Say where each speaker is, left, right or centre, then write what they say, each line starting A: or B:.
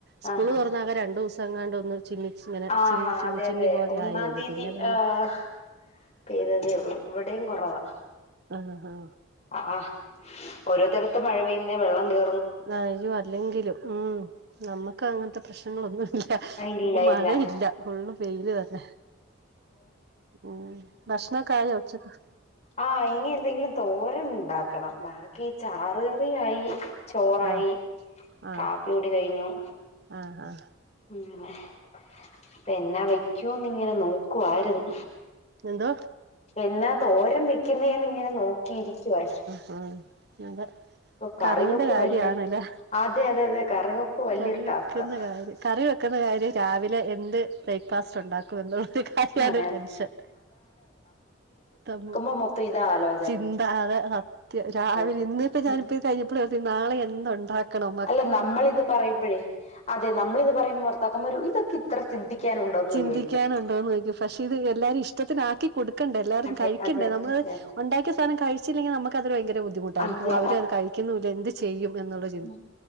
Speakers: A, on the right; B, on the left.
A: സ്കൂള്
B: ആഹ്
A: തുറന്ന ആകെ രണ്ട ദിവസംങ്ങാണ്ട് ഒന്ന് ചിന്നിച്ചിങ്ങനെ
B: ആഹ്
A: ചിന്നി ചിന്നി
B: അതെ
A: ചിന്നി
B: അതെ
A: പോലെ
B: ഒന്നാം
A: ആയേള്ളൂ
B: തീയതി
A: പിന്നെ അങ്ങനെ
B: ആഹ്
A: മ
B: പെയ്തതേ ഉള്ളൂ ഇവിടെയും കൊറവാ
A: ആഹ് ഹാ
B: ആ ഓരോത്തടത്ത് മഴ പെയ്യുന്നേ വെള്ളം കേ
A: <unintelligible> അല്ലെങ്കിലും ഉം നമ്മുക്കങ്ങനത്തെ പ്രശ്നങ്ങളൊന്നും ഇപ്പ
B: ആ, ഇല്ല
A: ഇപ്പൊ മഴയില്ല
B: ഇല്ല
A: ഫുള്ളും വെയില് തന്നെ ഉം ഭക്ഷണൊക്കായോ ഉച്ചക്ക്
B: ആഹ് ഇനി എന്തെങ്കിലും തോരൻ ഉണ്ടാക്കണം ബാക്കി ചാറ് കറിയായി ചോറായി
A: ആഹ് ആഹ്
B: കാപ്പികുടി കഴിഞ്ഞു
A: ആഹ് ആഹ്
B: അങ്ങനെ അപ്പ എന്നാ വെക്കൂന്ന് ഇങ്ങനെ നോക്കുവാരുന്നു
A: എന്തോ
B: എന്നാ തോരൻ വെക്കുന്നേന്നിങ്ങനെ നോക്കിയിരിക്കുവാ
A: ആ ഞാൻ പർ
B: കറിവെപ്പ്
A: കറീന്റെ കാര്യണ്ല്ലേ
B: വല്യ അതെ അതെ അതെ കറിവെപ്പ് വല്യൊരു
A: കറി വെക്കുന്ന
B: ടാസ്കാ
A: കാര്യം കറി വെക്കുന്ന കാര്യം രാവിലെ എന്ത് ബ്രേക്ക്ഫാസ്റ്റ് ഉണ്ടാക്കും <unintelligible> കാര്യാണ്
B: അതെ അതെ
A: ടെൻഷൻ തമ്മു
B: ഇപ്പം മൊത്തം ഇതാ ആലോ
A: ചിന്താ അതെ സത്യം രാവിലെ
B: എന്താ
A: ഇന്ന് ഇപ്പ ഞാനിപ്പ കഴിഞ്ഞ പ്പള് തി നാളെ എന്തൊണ്ടാക്കണം മ
B: ല്ല നമ്മളിത് പറയുമ്പഴേ അതെ നമ്മളിത് പറയുമ്പോ ഭർത്താക്കന്മാരു ഇതൊക്കെ ഇത്ര ചിന്തിക്കാനുണ്ടോന്ന്
A: ചിന്തിക്കാനുണ്ടോന്ന്
B: ചോദിക്കും
A: ചോയിക്കും പക്ഷെ ഇത് എല്ലാരും ഇഷ്ടത്തിനാക്കി കൊടു ക്കണ്ടെ എല്ലാരും
B: അതെ
A: കഴിക്കണ്ടെ
B: അതെ അതെ
A: നമ്മള്ത് ഒണ്ടാക്കിയ സാധനം കഴിച്ചില്ലെങ്കിൽ നമുക്കത് ഭയങ്കര ബുദ്ധിമുട്ടായിരിക്കും
B: അതെ അതെ
A: ഓ
B: അതെ
A: അവര് അത് കഴിക്കുന്നില്ല എന്ത് ചെയ്യും എന്നുള്ളൊരു
B: മ്